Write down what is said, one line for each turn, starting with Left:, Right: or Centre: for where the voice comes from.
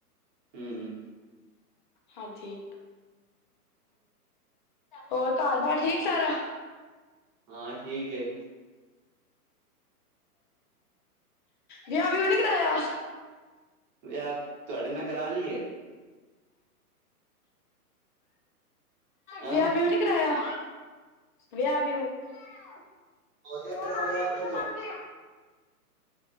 Right: ਹਮ-ਹਮ
Left: ਹਾਂਜੀ ਹੋਰ ਘਰ ਬਾਰ ਠੀਕ ਸਾਰਾ।
Right: ਹਾਂ ਠੀਕ ਹੈ।
Left: ਵਿਆਹ ਵੀਓ ਨੀ ਕਰਾਇਆ।
Right: ਵਿਆਹ ਤੁਹਾਡੇ ਨਾਲ ਕਰਾ ਲਈਏ। ਹੈਂ
Left: ਵਿਆਹ ਵਿਊ ਨੀ ਕਰਾਇਆ। ਵਿਆਹ ਵਿਊ, ਫੋਨ
Right: ਹੋ ਜਾਏਗਾ
Left: ਆ
Right: ਵਿਆਹ
Left: ਰਿਹਾ ਪਿੱਛੋਂ
Right: ਜਦੋਂ
Left: ਕੱਟ ਦੇ।